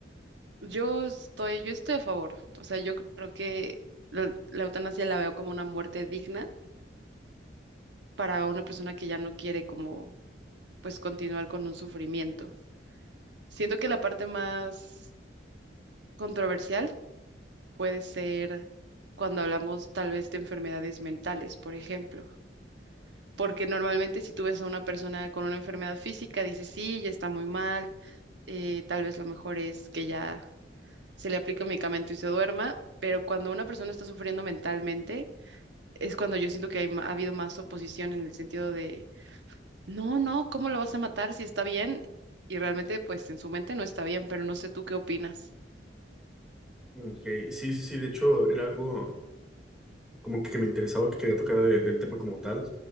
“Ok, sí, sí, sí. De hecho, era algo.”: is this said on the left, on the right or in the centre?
Centre